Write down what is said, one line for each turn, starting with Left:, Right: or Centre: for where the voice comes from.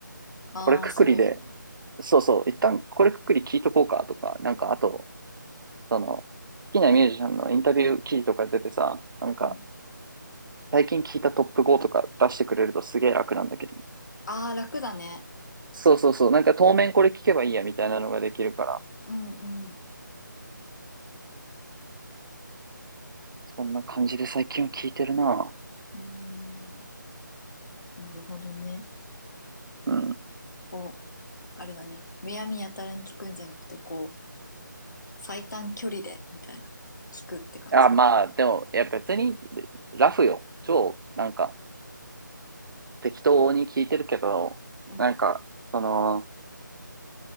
Left: ああ、
Right: これくくりで
Left: そうだね。うん。
Right: そうそう、一旦これくくり聞いとこうかとか、なんかあと、その、好きなミュージシャンのインタビュー記事とか出てさ、なんか、
Left: うん
Right: 最近聞いたトップ5とか出してくれるとすげえ楽なんだけど。
Left: ああ、楽だね。
Right: そうそうそう、なんか当面これ聞けばいいやみたいなのができるから、
Left: うん。うんうん。
Right: そんな感じで最近は聞いてるな。
Left: うーん。なるほどね。
Right: うん。
Left: こう、あれだね。むやみやたらに聞くんじゃなくて、こう、最短距離で、みたいな。聞くって感じだ。
Right: あ、まあ、でも、いや別に、ラフよ。超、なんか、適当に聞いてるけど、
Left: うん、
Right: なんか、その、